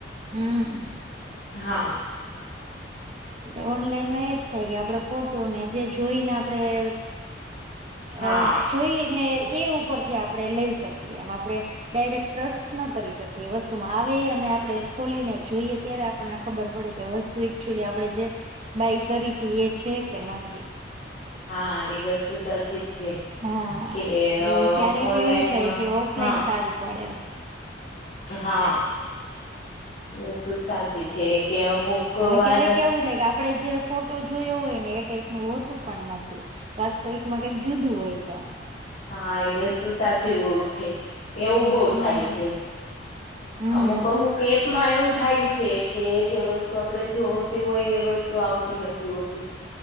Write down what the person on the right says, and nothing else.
હમ
એટલે ઓનલાઈનમાં એજ થાય કે આપડ ફોટો ને જે જોઈને આપણેે
અ જોઈને એ ઉપરથી આપણેે લઈ શકીએ એમ આપણે ડાયરેક્ટ ટ્રસ્ટ ન કરી શકીએ એ વસ્તુમાં આવે અને આપણે ખોલીને જોઈએ ત્યારે આપણને ખબર પડી કે વસ્તુ એકચુલી આપણે જે બાય કરી હતી એ છે કે નથી.
હા
એ ક્યારેક
એવું થાય કે ઓફલાઈન
સારું પડે.
અને
ક્યારેક એવું થાય કે આપડણે જે ફોટો જોયો હોય ને એ ટાઈપનુ હોતું પણ નથી. વાસ્તવિક માં કઈક જુદું હોય છે.
હમ્મ
હમ્મ